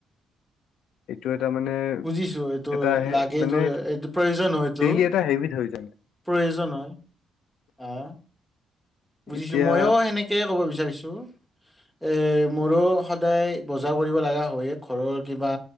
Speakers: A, on the left; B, in the centre.
A: এইটো এটা মানে
B: বুজিছো এইটো
A: এটা হে
B: লাগেটো
A: মানে
B: এইটো প্ৰয়োজন হয় এইটো।
A: ডেইলি এটা হেবিট হৈ যায়
B: প্ৰয়োজন হয়। অ' বুজিছোঁ
A: এতিয়া
B: মইয়ো সেনেকেই ক'ব বিচাৰিছো। এই মোৰো সদায় বজাৰ কৰিব লগা হয়ে ঘৰৰ কিবা